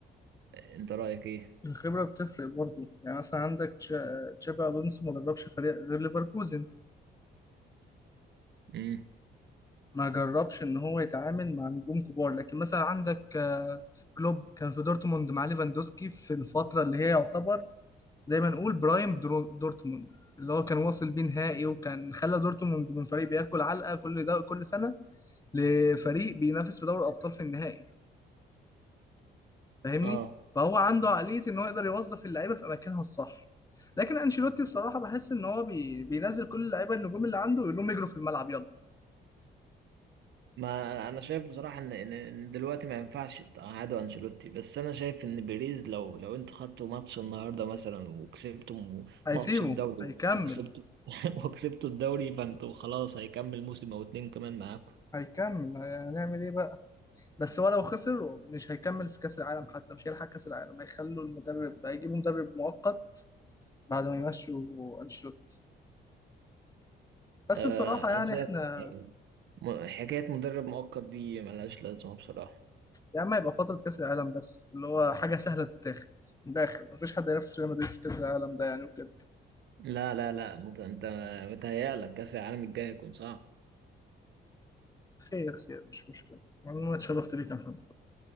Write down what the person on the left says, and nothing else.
الخبره بتفرق برضه يعني مثلا عندك تشا- تشابي الونسو ما دربش فريق غير ليفركوزن
ما جربش ان هو يتعامل مع نجوم كبار لكن مثلا عندك آه، كلوب كان في دورتموند مع ليفاندوسكي في الفتره اللي هي يعتبر زي ما نقول برايم درو- دورتموند اللي هو كان واصل بيه نهائي وكان خلى دورتموند من فريق بياكل علقه كل ده كل سنه لفريق بينافس في دوري الابطال في النهائي فاهمني
فهو عنده عقليه ان هو يقدر يوظف اللعيبه في اماكنها الصح لكن انشيلوتي بصراحه بحس ان هو بي... بينزل كل اللعيبه النجوم اللي عنده ويقول لهم اجروا في الملعب يلا
هيسيبه
هيكمل
هيكمل هنعمل ايه بقى بس هو لو خسر مش هيكمل في كأس العالم حتى مش هيلحق كأس العالم هيخلوا المدرب هيجيبوا مدرب مؤقت بعد ما يمشوا أنشيلوتي بس
بصراحة يعني
احنا
يا عم هيبقى فترة كأس العالم بس اللي هو حاجة سهلة تتاخد من الآخر مفيش حد هينافس ريال مدريد في كأس العالم ده يعني وكده
خير خير مش مشكلة والله اتشرفت بيك يا محمد